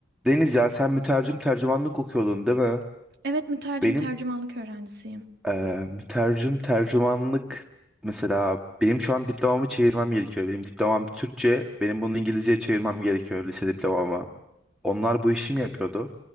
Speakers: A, in the centre; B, on the right.
A: Deniz ya sen mütercim tercümanlık okuyordun değil mi?
B: Evet mütercim
A: Benim
B: tercümanlık öğrencisiyim.
A: eee mütercim tercümanlık mesela benim şu an diplomamı çevirmem gerekiyor. Benim diplomam Türkçe, benim bunu İngilizceye çevirmem gerekiyor lise diplomamı. Onlar bu işi mi yapıyordu?